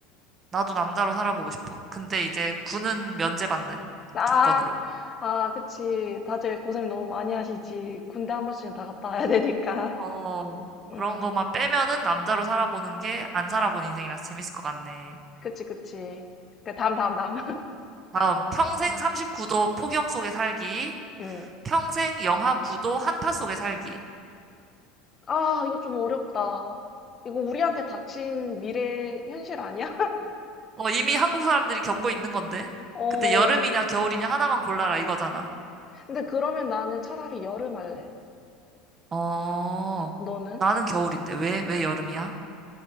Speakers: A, on the right (about 35°); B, on the left (about 30°).
A: 나도 남자로 살아보고 싶어. 근데 이제 군은 면제받는
B: 아,
A: 조건으로.
B: 아, 그치. 다들 고생 너무 많이 하시지. 군대 한 번씩은 다 갔다 와야 되니까.
A: 어,
B: <laughs> 음,
A: 그런 것만 빼면은 남자로 살아보는 게 안 살아본 인생이라서 재밌을 것 같네.
B: 그치, 그치. 그 다음, 다음, 다음. <laughs>
A: 다음, 평생
B: 음,
A: 39도 폭염 속에 살기,
B: 음.
A: 평생 영하 9도 한파 속에 살기.
B: 아, 이거 좀 어렵다. 이거 우리한테 닥친 미래 현실 아니야?
A: 어, 이미 한국 사람들이 겪고 있는 건데.
B: <laughs> 어.
A: 근데 여름이냐 겨울이냐 하나만 골라라 이거잖아.
B: 근데 그러면 나는 차라리 여름 할래.
A: 어,
B: 너는?
A: 나는 겨울인데 왜, 왜 여름이야?